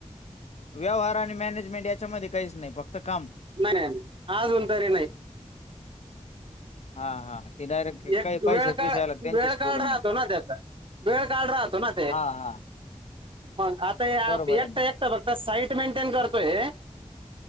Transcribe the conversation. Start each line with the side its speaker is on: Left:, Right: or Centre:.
Left: व्यवहार आणि मॅनेजमेंट याच्यामध्ये काहीच नाही फक्त काम
Right: नाही नाही नाही अजून तरी नाही.
Left: हा हा. ते डायरेक्ट
Right: एक
Left: काही पैशाच
Right: वेळ काळ
Left: विषय आला त्यांच्याशी
Right: वेळ काढ
Left: बोलून
Right: राहतो
Left: घ्या
Right: ना त्याचा वेळ काढ राहतो ना ते
Left: हा हा
Right: मग आता एकट
Left: बरोबर आहे ना.
Right: एकट फक्त साईट मेंटेन करतोय.